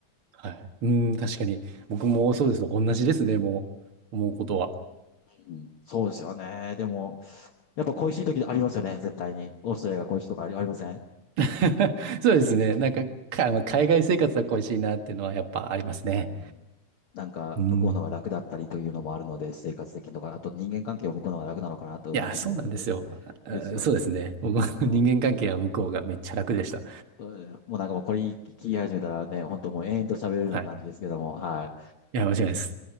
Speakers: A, on the right (about 50°); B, on the left (about 55°).
A: はい。うーん、確かに。僕もそうですね。同じですね。もう、思うことは。
B: うん、そうですよね。でも、やっぱ恋しい時ありますよね、絶対に。オーストラリアが恋しいとかあり、ありません
A: <laughs> そうですね。なんか、か、まあ海外生活は恋しいなっていうのはやっぱありますね。
B: うんなんか、
A: うん。
B: 向こうのが楽だったりというのもあるので、生活的とか、あと人間関係を向こうのが楽なのかなと思う時もあるので、
A: いや、そうなんですよ。あそうですね。
B: ですよね。
A: 僕の人間関係は向こうがめっちゃ楽でした。
B: そうそうねもうなんかもうこれ聞き始めたらね、本当もう延々と喋れるような感じですけども、
A: はい。
B: はい。
A: いや、間違いないです。